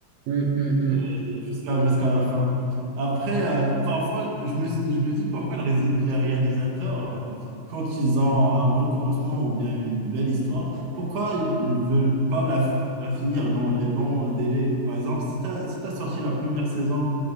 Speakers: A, on the right (about 85°); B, on the right (about 70°).
A: Hum, hum, hum.
B: euh, jusqu'à jusqu'à la fin. Après, euh, parfois, je me, je me dis pourquoi le ré- les réalisateurs, euh, quand ils ont un bon commencement ou bien une belle histoire, pourquoi ils ne veulent pas la, f- la finir dans les bons délais? Par exemple, si tu as, si t'as sorti la première saison